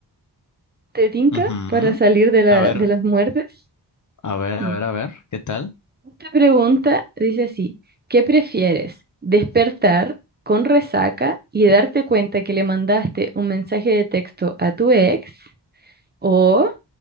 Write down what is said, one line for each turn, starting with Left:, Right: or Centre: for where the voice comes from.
Right: ¿Te tinca
Left: Ujú.
Right: para salir de la,
Left: A ver,
Right: de las muertes?
Left: a ver,
Right: Ya.
Left: a ver, a ver, ¿qué tal?
Right: Esta pregunta dice así, ¿qué prefieres? ¿Despertar con resaca y darte cuenta que le mandaste un mensaje de texto a tu ex? ¿O